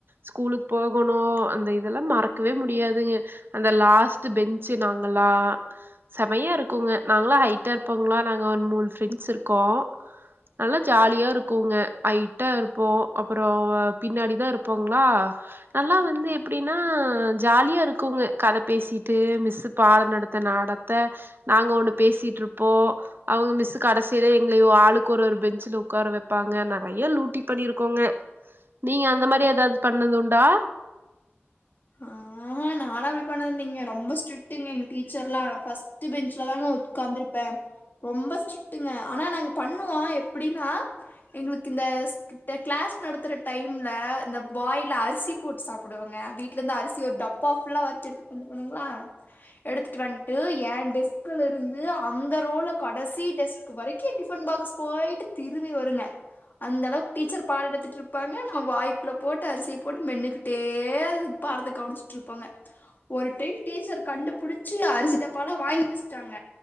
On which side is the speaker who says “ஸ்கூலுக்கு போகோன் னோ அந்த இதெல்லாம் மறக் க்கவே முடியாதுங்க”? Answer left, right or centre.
Right